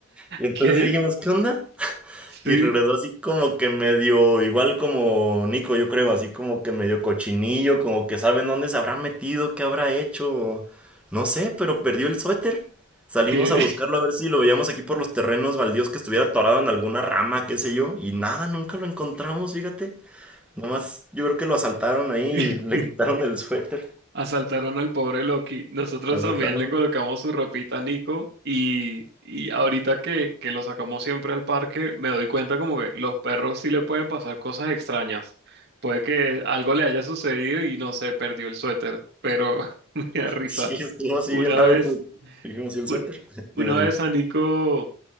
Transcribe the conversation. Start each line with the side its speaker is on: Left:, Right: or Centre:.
Centre: Y entonces
Right: ¿Qué?
Centre: sí dijimos, ¿qué onda?
Right: Sí,
Centre: Y regresó así como que medio, igual como Nico, yo creo, así como que medio cochinillo, como que saben dónde se habrá metido, qué habrá hecho. No sé, pero perdió el suéter. Salimos
Right: ¿qué?
Centre: a buscarlo a ver si lo veíamos aquí por los terrenos baldíos que estuviera atorado en alguna rama, qué sé yo. Y nada, nunca lo encontramos, fíjate. Nomás yo creo que lo asaltaron ahí y
Right: <laughs>
Centre: le quitaron el suéter.
Right: Asaltaron al pobre Loki. Nosotros
Centre: Asaltaron.
Right: también le colocamos su ropita a Nico y, y ahorita que, que lo sacamos siempre al parque, me doy cuenta como que los perros sí le pueden pasar cosas extrañas. Puede que algo le haya sucedido y no sé, perdió el suéter, pero <laughs> me da risa.
Centre: Sí, estuvo así
Right: Una
Centre: bien raro
Right: vez,
Centre: que dijimos, ¿y el
Right: un-
Centre: suéter? <laughs> Dime,
Right: una
Centre: dime.
Right: vez a Nico...